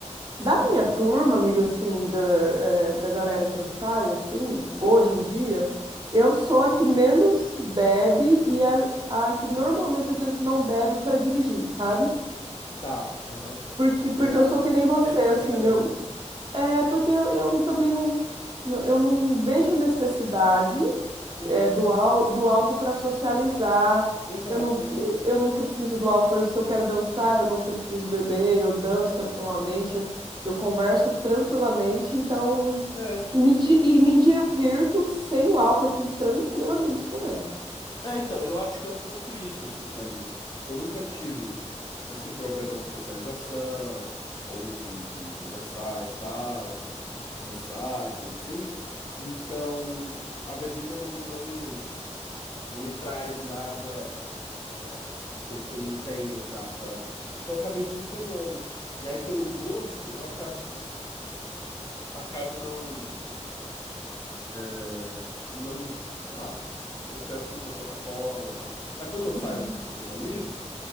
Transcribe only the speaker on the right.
Da minha turma, amiga, assim, da, eh, da galera que eu saio, assim, hoje em dia, eu sou a que menos bebe e a, a que normalmente às vezes não bebe para dirigir, sabe?
Porque,
porque
eu sou que
nem você, assim,
eu,
é porque eu, eu também não, não- eu não vejo necessidade
é, do, ál- do álcool para socializar.
Eu não,
eu não preciso do álcool. Por exemplo, se eu quero dançar, eu não preciso beber, eu danço tranquilamente, eu, eu converso tranquilamente, então.
E me, di- e me divirto sem o álcool, assim, tranquilamente também.
Uhum.